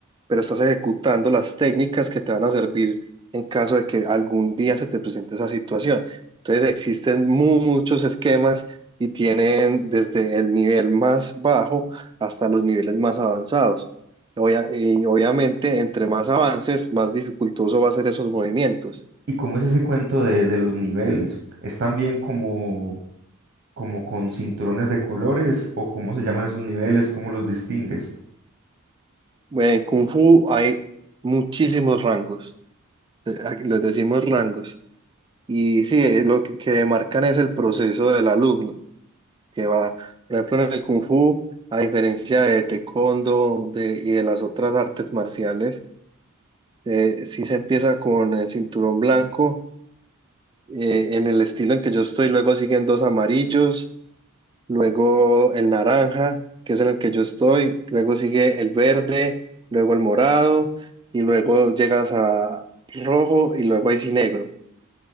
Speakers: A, on the right; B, on the right.
A: pero estás ejecutando las técnicas que te van a servir en caso de que algún día se te presente esa situación. Entonces existen mu- muchos esquemas y tienen desde el nivel más bajo hasta los niveles más avanzados. Obvia- y obviamente, entre más avances, más dificultoso va a ser esos movimientos.
B: ¿Y cómo es ese cuento de, de los niveles? ¿Es también como, como con cinturones de colores o cómo se llaman esos niveles? ¿Cómo los distingues?
A: En Kung Fu hay muchísimos rangos, eh, aquí les decimos rangos. Y sí, eh, lo que, que demarcan es el proceso del alumno, que va, por ejemplo, en el Kung Fu, a diferencia de Taekwondo de- y de las otras artes marciales, eh, sí se empieza con el cinturón blanco, eh, en el estilo en que yo estoy, luego siguen dos amarillos, luego el naranja, que es en el que yo estoy, luego sigue el verde, luego el morado, y luego llegas a rojo y luego ahí sí negro.